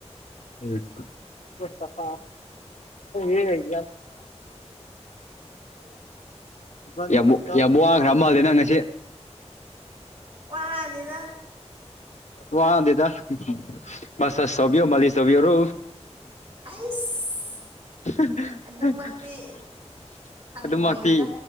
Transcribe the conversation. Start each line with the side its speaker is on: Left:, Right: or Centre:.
Left: ꯍꯛꯇ ꯦ ꯌꯦ ꯑꯣꯕꯣꯒ꯭ꯔꯝꯕꯗꯅ ꯉ
Right: ꯑꯣꯜꯂꯤꯗ
Left: ꯋꯥꯗꯦꯗ ꯁ ꯑꯁ ꯁꯕꯤ ꯃꯥꯂꯤ ꯁꯕꯤ ꯑꯣꯏꯔꯣ
Right: ꯍꯩꯁ
Left: <unintelligible>
Right: ꯑꯗꯨꯃꯛꯇꯤ ꯍꯪꯒꯣꯏꯗ
Left: ꯑꯗꯨꯃꯛꯇꯤ